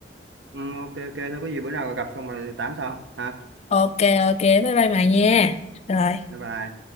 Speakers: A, on the right; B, on the left.
A: Ừ, ok ok thôi có gì bữa nào gặp xong rồi tám sau ha.
B: ok ok bye bye mày nha rồi
A: Bye bye.